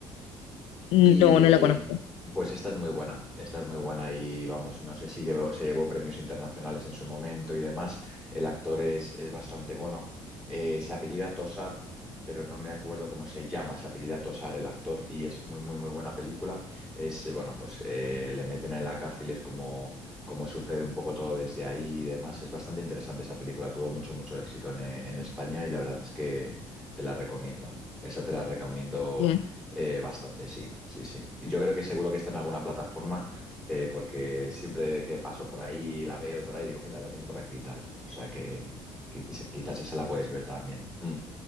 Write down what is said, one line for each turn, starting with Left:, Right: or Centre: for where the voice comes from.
Left: No,
Centre: Y
Left: no la conozco.
Centre: eh, pues esta es muy buena, esta es muy buena y vamos, no sé si llevó- se llevó premios internacionales en su momento y demás. El actor es, es bastante bueno. Eh, se apellida Tosar, pero no me acuerdo cómo se llama, se apellida Tosar el actor y es muy, muy, muy buena película. Es, eh, bueno, pues eh, le meten en la cárcel, es como, como sucede un poco todo desde ahí y demás. Es bastante interesante esa película, tuvo mucho, mucho éxito en, eh, en España y la verdad es que te la recomiendo. Esa te la recomiendo
Left: Bien,
Centre: eh, bastante, sí, sí, sí. Y yo creo que seguro que está en alguna plataforma, eh, porque siempre que paso por ahí, la veo por ahí, digo, mira, la tienen por aquí y tal. O sea que quizás, quizás esa la puedes ver también. Mm.